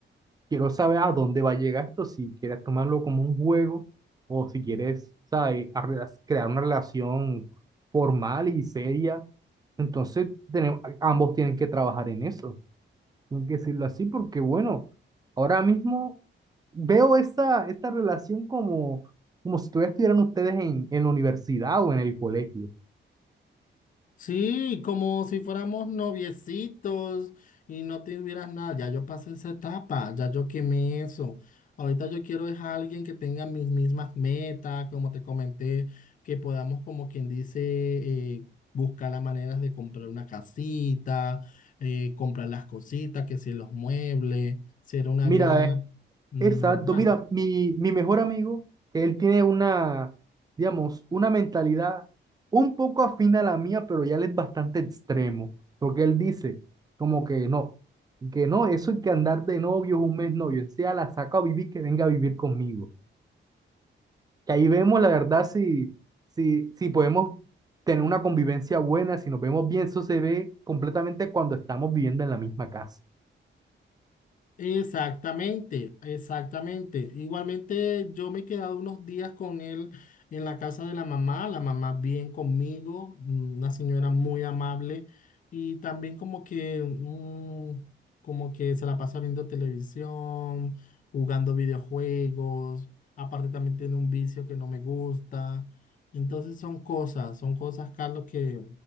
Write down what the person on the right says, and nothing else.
quiero saber a dónde va a llegar esto, si quieres tomarlo como un juego o si quieres, ¿sabes? arre- crear una relación formal y seria. Entonces, tenemos, ambos tienen que trabajar en eso, tengo que decirlo así, porque bueno, ahora mismo veo esta, esta relación como, como si todavía estuvieran ustedes en, en la universidad o en el colegio.
Mira,
es
Exacto, mira, mi, mi mejor amigo, él tiene una, digamos, una mentalidad un poco afín a la mía, pero ya él es bastante extremo, porque él dice como que no, que no, eso hay que andar de novios un mes novio, sea la saca a vivir, que venga a vivir conmigo. Que ahí vemos la verdad si, si, si podemos tener una convivencia buena, si nos vemos bien, eso se ve completamente cuando estamos viviendo en la misma casa.